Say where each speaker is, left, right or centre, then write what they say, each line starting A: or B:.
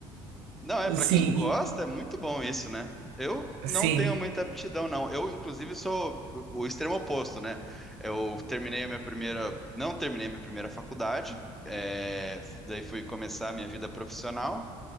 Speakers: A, in the centre; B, on the right (about 85°).
A: Não, é, pra
B: Sim,
A: quem gosta,
B: e-
A: é muito bom isso, né? Eu não
B: sim.
A: tenho muita aptidão, não. Eu, inclusive, sou o o extremo oposto, né? Eu terminei a minha primeira. Não terminei a minha primeira faculdade, é, daí fui começar a minha vida profissional